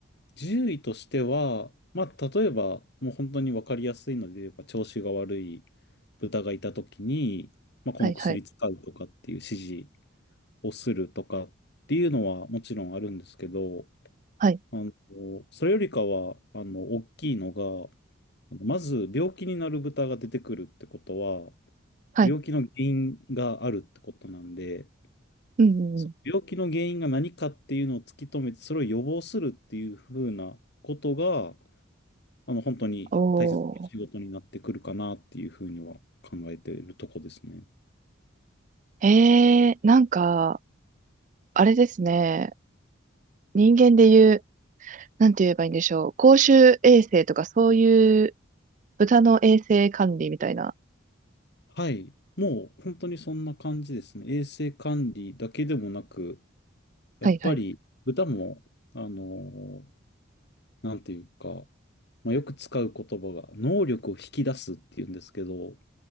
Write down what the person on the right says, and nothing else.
はいはい。
はい。
はい。
うん、うんうん。
おー。えー、なんか、あれですね。人間で言う、なんて言えばいいんでしょう。公衆衛生とかそういう豚の衛生管理みたいな。
はいはい。